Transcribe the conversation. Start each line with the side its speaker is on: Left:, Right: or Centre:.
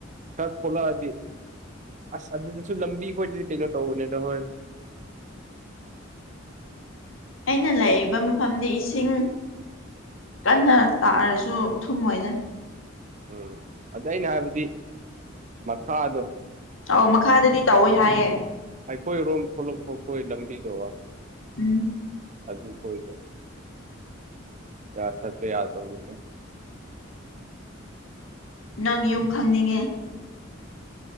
Right: ꯈꯔ ꯊꯣꯛꯂꯛꯑꯗꯤ ꯑꯁ ꯑꯗꯨꯗꯁꯨ ꯂꯝꯕꯤ ꯈꯣꯏꯗꯤ ꯀꯩꯅꯣ ꯇꯧꯕꯅꯤꯗ ꯍꯣꯔꯦꯟ
Left: ꯑꯩꯅ ꯂꯩꯔꯤꯕ ꯃꯐꯝꯗꯤ ꯏꯁꯤꯡ ꯀꯟꯅ ꯇꯥꯔꯁꯨ ꯊꯨꯝꯃꯣꯏꯅ
Right: ꯎꯝ ꯑꯗ ꯑꯩꯅ ꯍꯥꯏꯕꯗꯤ ꯃꯈꯥꯗꯨ
Left: ꯑꯧ ꯃꯈꯥꯗꯗꯤ ꯇꯧꯋꯦ ꯍꯥꯏꯌꯦ
Right: ꯑꯩꯈꯣꯏꯔꯣꯝ ꯊꯣꯛꯂꯛꯄꯈꯣꯏ ꯂꯝꯕꯤꯗꯣ
Left: ꯎꯝ
Right: ꯑꯗꯨ ꯈꯣꯏꯗꯣ ꯌꯥ ꯆꯠꯄ ꯌꯥꯗꯕꯅꯤꯉꯣ
Left: ꯅꯪ ꯌꯨꯝ ꯈꯪꯅꯤꯡꯉꯦ